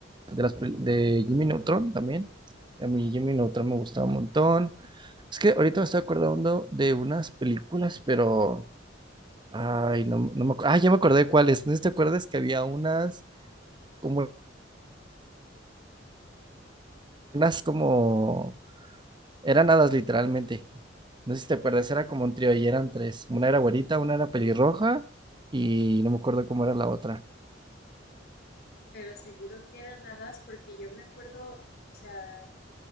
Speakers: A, on the right; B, on the left.
A: de, las, pel- de Jimmy Neutron también. A mí Jimmy Neutron me gustaba un montón. Es que ahorita me estoy acordando de unas películas, pero... Ay, no, no me acuerdo. Ah, ya me acordé cuáles. No sé si te acuerdas que había unas como... Unas como... Eran hadas literalmente. No sé si te acuerdas, era como un trío y eran tres. Una era güerita, una era pelirroja y no me acuerdo cómo era la otra.
B: Pero seguro que eran hadas porque yo me acuerdo, o sea,